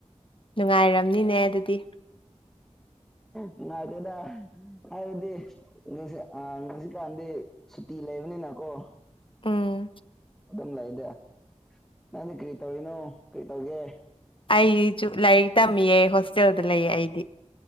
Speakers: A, on the left; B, in the centre.
A: ꯅꯨꯡꯉꯥꯏꯔꯝꯅꯤꯅꯦ ꯑꯗꯨꯗꯤ
B: ꯅꯨꯡꯉꯥꯢꯇꯦꯗ ꯍꯥꯏꯕꯗꯤ ꯑꯥ ꯍꯧꯖꯤꯛꯀꯥꯟꯗꯤ ꯁꯨꯇꯤ ꯂꯩꯕꯅꯤꯅꯀꯣ
A: ꯎꯪ
B: ꯑꯗꯨꯝ ꯂꯩꯗ ꯅꯪꯗꯤ ꯀ꯭ꯔꯤ ꯇꯧꯔꯤꯅꯣ ꯀꯔꯤ ꯇꯧꯒꯦ
A: ꯑꯩ ꯑꯩꯖꯨ ꯂꯥꯏꯔꯤꯛ ꯇꯝꯃꯤꯌꯦ ꯍꯣꯁꯇꯦꯜꯗ ꯂꯩꯌꯦ ꯑꯩꯗꯤ